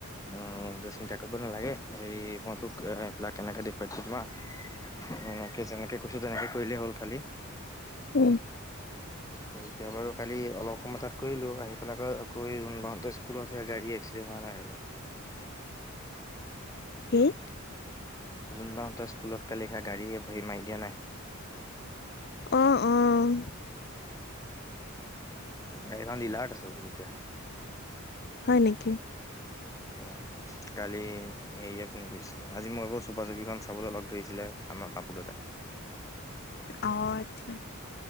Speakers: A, on the left; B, on the left.
A: উ তই চিন্তা কৰিব নালাগে। হেৰি মই তোক এই পিলাক কেনেকে দেখুৱাই দিছো তোমাক। এনেকে যেনেকে কৈছো তেনেকে কৰিলেই হ'ল খালি।
B: উম।
A: ত এতিয়া বাৰু কালি অলপ সময় তাত কৰিলো, আহি পেলাই এ আকৌ যোনবতে স্কুলত আ গাড়ী এক্সিডেণ্ট <unintelligible>
B: হুম?
A: যোনবাহঁতৰ স্কুলত কালি খা গাড়ী মাৰি দিয়া নাই!
B: অ' অ'।
A: গাড়ীখন ডীলাৰত আছে বোলে এতিয়া।
B: হয় নেকি?
A: উ কালি। সেয়ে ফোন কৰিছিলে আজি মোক আকৌ চুপা চুপিখন চাবলৈ লগ ধৰিছিলে আমাৰ কাপোৰতে। <unintelligible>
B: অ আচ্ছা।